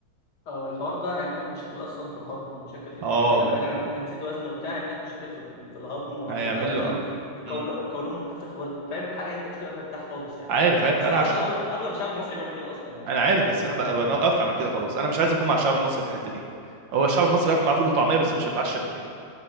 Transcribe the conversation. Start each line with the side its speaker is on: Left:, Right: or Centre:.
Left: اه الحوار ده هيعمل لك مشاكل اصلا في الهضم ومشاكل انت
Right: اه
Left: كده كده
Right: بي-
Left: بعيد عن ان انت هتزيد وزن وبتاع هيعمل لك مشاكل في, في الهضم وهتبقى
Right: هيعمل
Left: دايما
Right: له اه
Left: القولون
Right: أمم.
Left: القولون منتفخ وال- فاهم الحاجه انت مش تبقى مرتاح خالص يعني
Right: عارف عارف
Left: بس
Right: انا
Left: اغلب
Right: عشان
Left: الشعب اغلب الشعب المصري بيعمل كده اصلا يعني
Right: انا عارف بس انا بقى انا وقفت اعمل كده خلاص انا مش عايز اكون مع الشعب المصري في الحته دي هو الشعب المصري اكون معاه فول وطعميه بس مش هتعشى بالليل